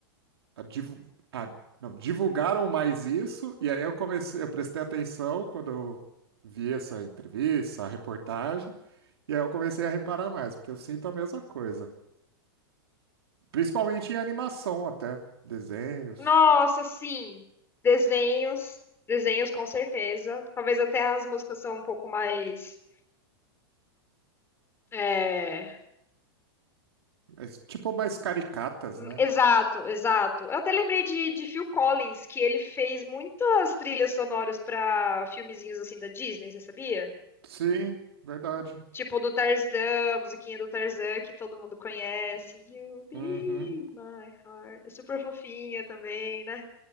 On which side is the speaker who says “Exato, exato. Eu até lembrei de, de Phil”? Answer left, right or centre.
Left